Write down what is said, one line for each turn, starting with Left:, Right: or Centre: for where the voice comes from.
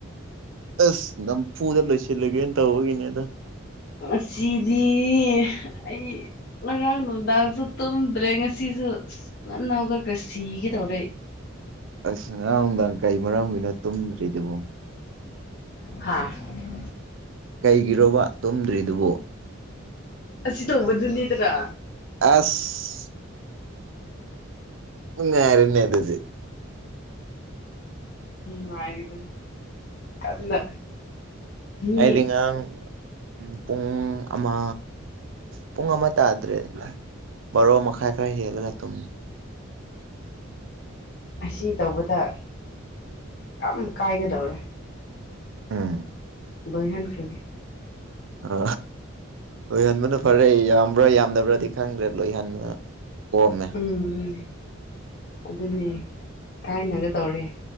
Right: ꯑꯁ ꯅꯝꯐꯨꯗ ꯂꯣꯏꯁꯤꯜꯂꯒꯦꯅ ꯇꯧꯕꯒꯤꯅꯤꯗ
Left: ꯉꯁꯤꯗꯤ ꯑꯩ ꯉꯔꯥꯡ ꯅꯨꯡꯗꯥꯡꯁꯨ ꯇꯨꯝꯗ꯭ꯔꯦ ꯉꯁꯤꯁꯨ ꯉꯟꯅ ꯍꯧꯒꯠꯈ꯭ꯔꯦ ꯁꯤꯒꯦꯗꯧꯔꯦ ꯑꯩ
Right: ꯑꯁ ꯉꯔꯥꯡꯅꯨꯡꯗꯥꯡ ꯀꯩ ꯃꯔꯝꯒꯤꯅꯣ ꯇꯨꯝꯗ꯭ꯔꯤꯗꯨꯕꯣ
Left: ꯍꯥꯥ
Right: ꯀꯩꯒꯤꯔꯣꯕ ꯇꯨꯝꯗ꯭ꯔꯤꯗꯨꯕꯨ
Left: ꯑꯁꯤ ꯇꯧꯕꯗꯨꯅꯤꯗ꯭ꯔꯥ
Right: ꯑꯥꯁ ꯎꯥꯏꯔꯅ ꯑꯗꯨꯗꯤ
Left: ꯎꯝ ꯉꯥꯏꯔꯤꯕꯅꯤ ꯀꯟꯅ ꯃꯤ
Right: ꯍꯥꯏꯗꯤ ꯉꯥꯡ ꯄꯨꯡ ꯑꯃ ꯄꯨꯡ ꯑꯃ ꯇꯥꯗ꯭ꯔꯦꯗ ꯚꯥꯔꯣ ꯃꯈꯥꯏ ꯈꯔ ꯍꯦꯜꯂꯒ ꯇꯨꯝꯃꯦ
Left: ꯑꯁꯤ ꯇꯧꯕꯗ ꯌꯥꯝ ꯀꯥꯏꯒꯗꯧꯔꯦ
Right: ꯎꯝ
Left: ꯂꯣꯢꯍꯥꯟ ꯈ꯭ꯔꯒꯦ
Right: ꯑ ꯂꯣꯏꯍꯟꯕꯅ ꯐꯔꯦ ꯌꯥꯝꯕ꯭ꯔꯥ ꯌꯥꯝꯗꯕ꯭ꯔꯗꯤ ꯈꯪꯗ꯭ꯔꯦ ꯂꯣꯏꯍꯟꯕ ꯀꯣꯝꯃꯦ
Left: ꯎꯝ ꯑꯗꯨꯅꯦ ꯀꯥꯏꯅꯒꯗꯧꯔꯦ